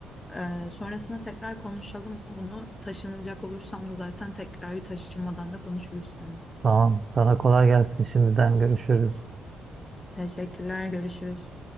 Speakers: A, on the left; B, on the right.
A: Ee, sonrasında tekrar konuşalım bunu taşınacak olursam da zaten tekrar bir taşınmadan da konuşuruz seninle.
B: Tamam. Sana kolay gelsin. Şimdiden görüşürüz.
A: Teşekkürler görüşürüz.